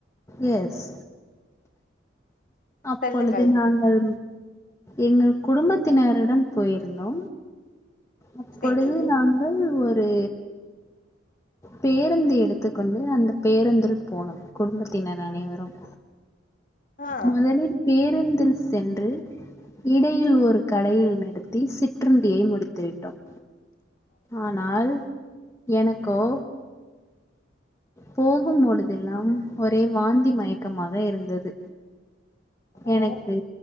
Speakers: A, on the left (about 15°); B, on the left (about 45°).
A: எஸ் அப்பொழுது
B: சொல்லுங்கள்
A: நாங்கள் எங்கள் குடும்பத்தினருடன் போயிருந்தோ அப்பொழுது
B: செரி
A: நாங்கள் ஒரு பேருந்து எடுத்துக்கொண்டு அந்த பேருந்தில் போனோ குடும்பத்தினர் அனைவரும்
B: ஆ
A: மொதலில் பேருந்தில் சென்று இடையில் ஒரு கடையில் நிறுத்தி சிற்றுண்டியை முடித்துவிட்டோம்
B: <inaudible>
A: ஆனால் எனக்கோ போகும் மொழுதெல்லாம் ஒரே வாந்தி மயக்கமாக இருந்தது
B: ஓ
A: எனக்கு